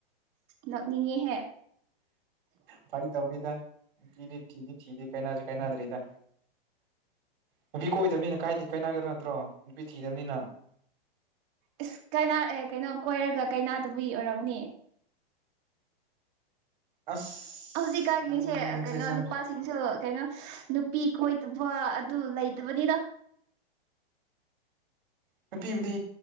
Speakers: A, on the right (about 35°); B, on the right (about 60°).
A: ꯅꫭꯛꯅꯤꯡꯉꯦ
B: ꯐꯥꯏ ꯇꯧꯕꯅꯤꯗ ꯄꯅꯦ ꯊꯤꯗ ꯊꯤꯗ ꯀꯩꯅꯅꯥꯖ ꯀꯥꯏꯩꯅꯗ꯭ꯔꯔꯤꯗꯥ ꯅꯨꯄꯤ ꯀꯣꯏꯗꯕꯅꯤꯅ ꯀꯥꯏꯗꯦ ꯀꯥꯏꯅꯒꯗ꯭ꯔꯥ ꯅꯠꯇ꯭ꯔꯣ ꯅꯨꯄꯤ ꯊꯤꯗꯕꯅꯤꯅ
A: ꯑꯁ ꯀ ꯑꯦ ꯀꯩꯅꯣ ꯀꯣꯏꯔꯒ ꯀꯩꯅꯥꯗꯕꯩ ꯑꯣꯏꯔꯝꯒꯅꯤ
B: ꯑꯁ
A: ꯍꯧꯖꯤꯛꯀꯥꯟꯒꯤꯁꯦ
B: ꯅꯪꯁꯤꯁꯨ
A: ꯀꯩꯅꯣ ꯅꯨꯄꯥꯁꯤꯡꯁꯨ ꯀꯩꯅꯣ ꯄꯤ ꯀꯣꯏꯗꯕ ꯑꯗꯨ ꯂꯩꯇꯕꯅꯤꯔ
B: ꯅꯨꯄꯤꯕꯨꯗꯤ